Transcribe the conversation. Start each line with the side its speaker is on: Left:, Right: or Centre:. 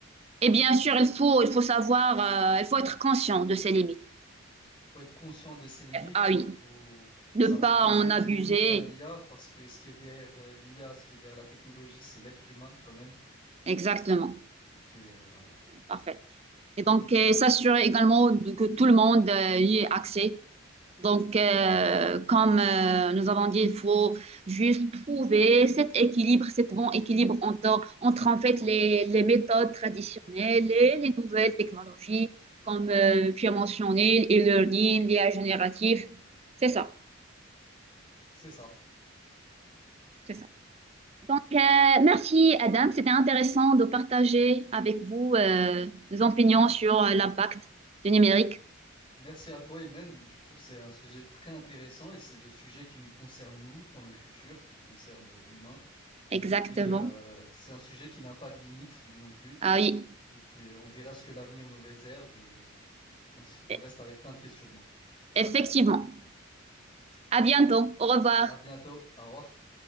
Right: Et bien sûr, il faut, il faut savoir, euh, il faut être conscient de ses limites.
Left: faut être conscient de ses limites
Right: Ah
Left: et
Right: oui.
Left: il faut
Right: Ne
Left: savoir
Right: pas
Left: poser
Right: en
Left: des
Right: abuser.
Left: limites à l'IA parce que ce qui est derrière euh, l'IA, ce qui est derrière la technologie, c'est l'être humain quand même.
Right: Exactement.
Left: qui est- voilà.
Right: Parfait. Et donc, euh, s'assurer également de- que tout le monde euh, y ait accès. Donc, euh, comme euh, nous avons dit, il faut juste trouver cet équilibre, cet bon équilibre entre, entre en fait les, les méthodes traditionnelles et les nouvelles technologies, comme euh, tu as mentionné, e-learning, l'IA génératif. C'est ça,
Left: C'est ça.
Right: c'est ça. Donc, euh, merci Adam, c'était intéressant de partager avec vous euh, nos opinions sur euh, l'impact du numérique.
Left: Merci à toi, Imen. Je trouve que c'est un sujet très intéressant et c'est le sujet qui nous concerne, nous, dans le futur, qui concerne euh, l'humain.
Right: Exactement.
Left: Et euh, c'est un sujet qui n'a pas de limite, lui non plus.
Right: Ah oui,
Left: Donc, euh, on verra ce que l'avenir nous réserve et on, se- on
Right: e-,
Left: reste avec plein de questionnements.
Right: effectivement. À bientôt. Au revoir.
Left: À bientôt. Au revoir.